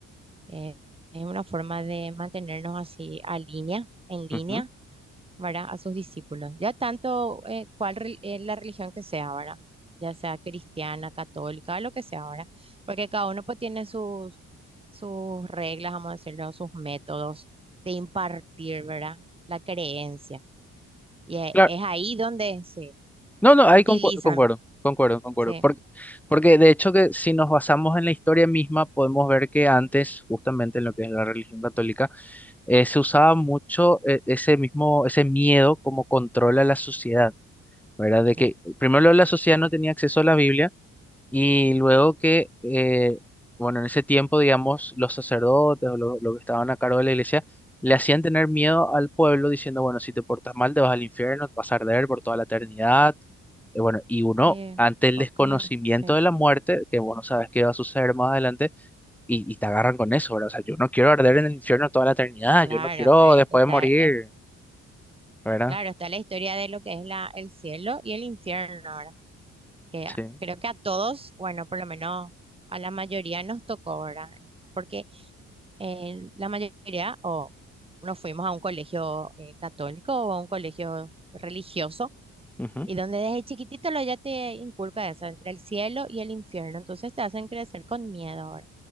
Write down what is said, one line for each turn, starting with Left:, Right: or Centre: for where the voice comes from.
Right: eh, es una forma de mantenernos así a línea, en línea,
Centre: ujú.
Right: ¿verdad? A sus discípulos. Ya tanto eh, cuál re- eh, la religión que sea, ¿verdad? Ya sea cristiana, católica, lo que sea, ¿verdad? Porque cada uno pues tiene sus, sus reglas, vamos a decirlo, sus métodos de impartir, ¿verdad? La creencia. Y e-
Centre: Claro,
Right: es, ahí donde se
Centre: No, no, ahí
Right: utilizan.
Centre: concu- concuerdo, concuerdo, concuerdo.
Right: Sí,
Centre: Porque, porque de hecho que si nos basamos en la historia misma, podemos ver que antes, justamente en lo que es la religión católica, eh, se usaba mucho eh, ese mismo, ese miedo como control a la sociedad, ¿verdad? De que
Right: sí,
Centre: primero la sociedad no tenía acceso a la Biblia y luego que, eh, bueno, en ese tiempo, digamos, los sacerdotes o lo los que estaban a cargo de la iglesia le hacían tener miedo al pueblo diciendo, bueno, si te portas mal, te vas al infierno, te vas a arder por toda la eternidad eh, bueno, y uno,
Right: sí,
Centre: ante el
Right: co-
Centre: desconocimiento
Right: ¿cómo Sí,
Centre: de la muerte, que vos no sabes qué va a suceder más adelante, y, y te agarran con eso, ¿verdad? O sea, yo no quiero arder en el infierno toda la eternidad,
Right: claro,
Centre: yo no quiero
Right: eh,
Centre: después
Right: está,
Centre: de morir,
Right: es-
Centre: ¿verdad?
Right: claro, está la historia de lo que es la, el cielo y el infierno, ahora Que
Centre: Sí.
Right: a- creo que a todos, bueno, por lo menos a la mayoría nos tocó, ahora Porque eh, la mayoría o nos fuimos a un colegio eh, católico o a un colegio religioso.
Centre: Ujú.
Right: Y donde desde chiquitito lo ya te inculca eso, entre el cielo y el infierno. Entonces te hacen crecer con miedo ahora,